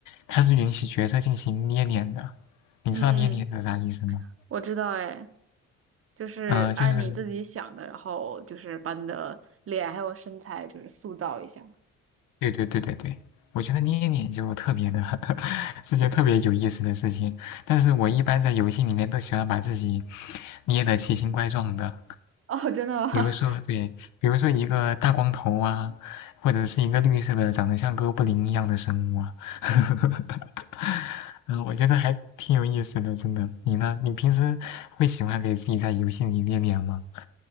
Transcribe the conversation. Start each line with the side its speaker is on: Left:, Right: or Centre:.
Left: 它是允许角色进行捏脸的。你知道捏脸是啥意思吗？
Right: 嗯，我知道，哎，就是按你自己想的，
Left: 呃，就是
Right: 然后就是把你的脸还有身材就是塑造一下。
Left: 对对对对对，我觉得捏脸就特别的 <laughs> 是件特别有意思的事情，但是我一般在游戏里面都喜欢把自己捏的奇形怪状的。
Right: 哦，真的吗？
Left: 比如说，对，比如说一个大光头啊，或者是一个绿色的，长得像哥布林一样的生物啊，<laughs> 嗯，我觉得还挺有意思的，真的。你呢？你平时会喜欢给自己在游戏里练脸吗？